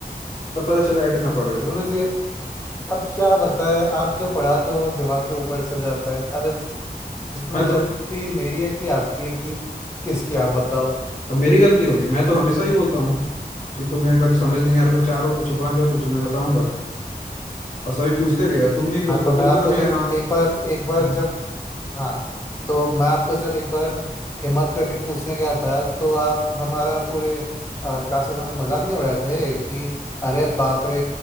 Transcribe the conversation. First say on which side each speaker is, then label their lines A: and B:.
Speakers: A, on the left (about 50°); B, on the left (about 20°).
A: तब पता चल जाएगा कितना पढ़ रहे हो
B: गुरु जी अब क्या बताएं आप जो पढ़ाते हो वो दिमाग के ऊपर से जाता है अब इसमें
A: मैं तो
B: गलती मेरी है कि आपकी है कि किसकी आप बताओ
A: अब मेरी गलती होगी मैं तो हमेशा ही बोलता हूँ कि तुम्हें अगर समझ नहीं आ रहा तो चार बार पूछो पांच बार पूछो मैं बताऊंगा और सभी पूछते भी है तुम नहीं पूछते
B: हाँ तो मैं
A: तुम
B: आपको
A: तो कभी
B: जब
A: है
B: एक बार एक बार
A: ना
B: जब हाँ तो मैं आपको जब एक बार हिम्मत करके पूछने गया था तो आप हमारा पूरे अ, क्लास के सामने मजाक नहीं उड़ाए थे कि अरे बाप रे